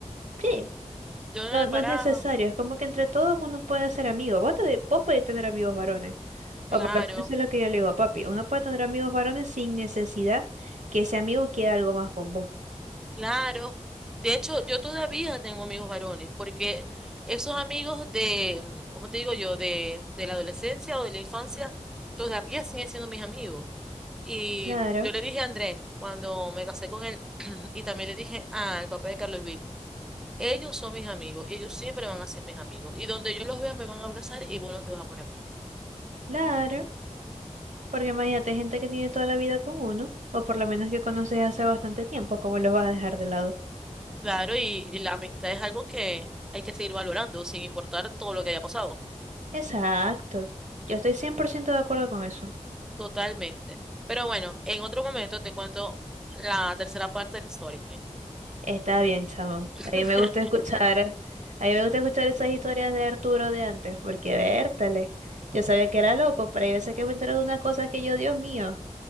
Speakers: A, on the right; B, in the centre.
A: Sí,
B: Yo no
A: No,
B: le
A: no
B: paraba.
A: es necesario, es como que entre todos uno puede ser amigo. Vos, te- vos podés tener amigos varones,
B: Claro,
A: o por lo menos es lo que yo le digo a papi. Uno puede tener amigos varones sin necesidad que ese amigo quiera algo más con vos.
B: claro. De hecho, yo todavía tengo amigos varones, porque esos amigos de, como te digo yo, de, de la adolescencia o de la infancia, todavía siguen siendo mis amigos. Y
A: Claro,
B: yo le dije a Andrés, cuando me casé con él, <clears throat> y también le dije al papá de Carlos Luis, ellos son mis amigos y ellos siempre van a ser mis amigos. Y donde yo los vea me van a abrazar y vos no te vas a poner bravo.
A: claro, porque imagínate hay gente que tiene toda la vida con uno, o por lo menos que conoces hace bastante tiempo, ¿cómo los vas a dejar de lado?
B: Claro, y, y la amistad es algo que hay que seguir valorando, sin importar todo lo que haya pasado.
A: Exacto, yo estoy 100% de acuerdo con eso.
B: Totalmente. Pero bueno, en otro momento te cuento la tercera parte del story time.
A: Está bien, chamo.
B: <laughs>
A: A mí me gusta escuchar, a mí me gusta escuchar esas historias de Arturo de antes, porque vértale. Yo sabía que era loco, pero hay veces que me entero de unas cosas que yo, Dios mío,